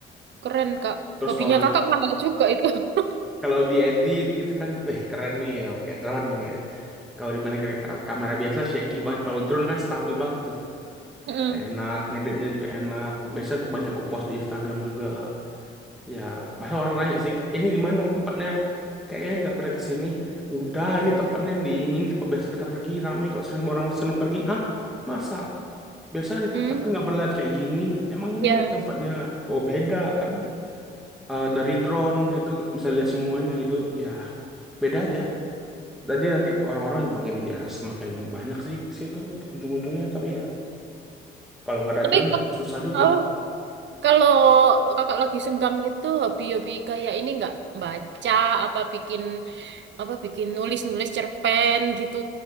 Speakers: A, on the right; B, in the centre.
A: keren kak.
B: Terus
A: Hobinya
B: kalau
A: kakak mahal juga itu. <laughs>
B: kalau diedit gitu kan, wih keren nih ya, pakai drone gitu. Kalau dibanding kayak ka- kamera biasa shaky banget. Kalau drone kan stabil banget tuh.
A: Hmm.
B: Enak, ngeditnya juga enak. Biasanya banyak aku post di Instagram juga. Ya, bahkan orang nanya sih, ini di mana tempatnya? Kayaknya nggak pernah ke sini. Udah, ini tempatnya di ini tempat biasa kita pergi. Ramai kok sering orang sering pergi. Hah? Masa? Biasa di
A: Hmm,
B: tempat kan nggak pernah lihat kayak gini. Emang ini
A: ya.
B: tempatnya oh beda kan Eh, dari drone itu bisa lihat semuanya gitu. Ya, beda aja. Jadi nanti orang-orang makin ya semakin banyak sih ke situ ujung-ujungnya. Tapi ya kalau nggak ada
A: Tapi
B: drone
A: ke-
B: susah juga.
A: eh, kalau kakak lagi senggang itu hobi-hobi kayak ini nggak baca apa bikin apa bikin nulis-nulis cerpen gitu